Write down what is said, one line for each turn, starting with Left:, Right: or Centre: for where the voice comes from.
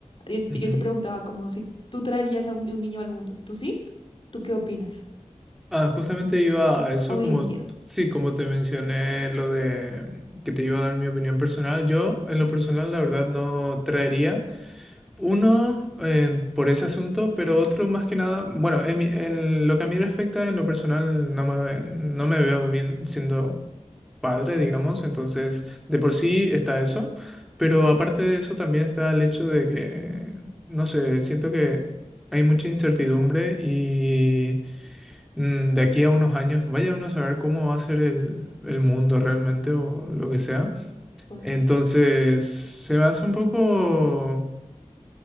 Left: Yo, te
Centre: Ujú.
Left: yo te preguntaba como si tú traerías a un, un niño al mundo, ¿tú sí? ¿Tú qué opinas?
Centre: Ah, justamente iba a eso,
Left: Hoy
Centre: como,
Left: en día.
Centre: sí, como te mencioné lo de que te iba a dar mi opinión personal, yo en lo personal la verdad no traería uno eh, por ese asunto, pero otro más que nada, bueno, en, mi- en lo que a mí respecta, en lo personal no me, no me veo bien siendo padre, digamos, entonces de por sí está eso, pero aparte de eso también está el hecho de que, no sé, siento que hay mucha incertidumbre y mm, de aquí a unos años vaya uno a saber cómo va a ser el, el mundo realmente o lo que sea.
Left: Correcto,
Centre: Entonces se me hace un poco...